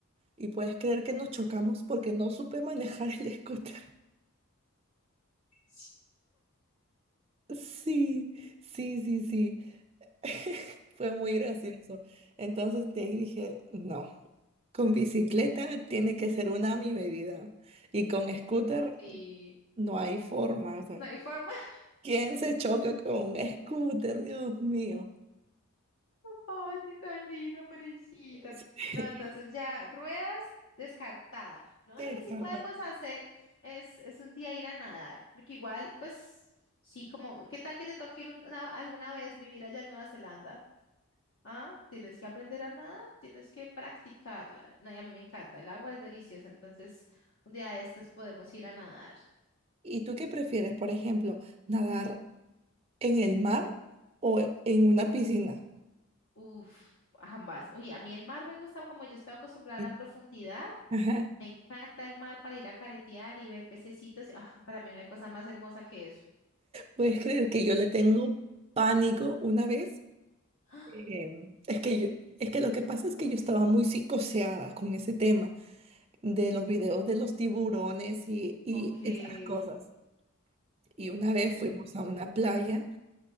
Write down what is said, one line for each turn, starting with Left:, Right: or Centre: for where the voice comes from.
Right: Y puedes creer que nos chocamos porque no supe manejar el scooter.
Left: Sí.
Right: Sí, sí, sí, sí. <laughs> Fue muy gracioso. Entonces de ahí dije, no, con bicicleta tiene que ser una a mi medida. Y con scooter
Left: Sí.
Right: no hay forma. O sea,
Left: No hay forma. <laughs>
Right: ¿quién se choca con un scooter? Dios mío.
Left: Ay, ti tan linda, pobrecita.
Right: <laughs>
Left: No, entonces ya, ruedas descartado. No,
Right: Te
Left: lo
Right: descarto.
Left: que sí podemos hacer es, es un día ir a nadar, porque igual, pues, sí, como, ¿qué tal que te toque ir un- una- alguna vez vivir allá en Nueva Zelanda? Ah, tienes que aprender a nadar, tienes que practicarla. No, y a mí me encanta, el agua es deliciosa, entonces un día de estos podemos ir a nadar.
Right: ¿Y tú qué prefieres, por ejemplo, nadar en el mar o en una piscina?
Left: Uf, ambas. Oye, a mí el mar me gusta como yo estoy acostumbrada
Right: Sí.
Left: a la profundidad.
Right: Ajá.
Left: Me encanta el mar para ir a caretear y ver pececitos. Ah, para mí no hay cosa más hermosa que eso.
Right: ¿Puedes creer que yo le tengo pánico una vez?
Left: <gasps>
Right: Em, es que yo, es que lo que pasa es que yo estaba muy psicoseada con ese tema de los videos de los tiburones y, y
Left: Ok.
Right: esas cosas. Y una vez fuimos
Left: Mm.
Right: a una playa